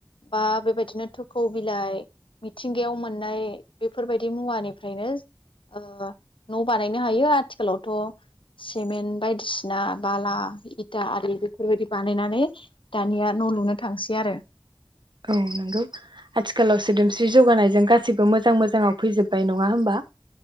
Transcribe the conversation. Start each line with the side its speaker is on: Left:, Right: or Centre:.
Left: बा बेबायदिनो थोखौ बिलाइ मिथिंगायाव मोननाय बेफोरबायदि मुवानिफ्रायनो ओ न' बानायनो हायो। आथिखालावथ' सिमेन्ट बायदिसिना बाला इथा आरि बेफोरबायदि बानायनानै दानिया न' लुनो थांसै आरो
Right: औ नोंगौ आथिखालाव सोदोमस्रि जौगानायजों गास सिबो मोजां मोजाङाव फैजोबबाय नङा होमबा।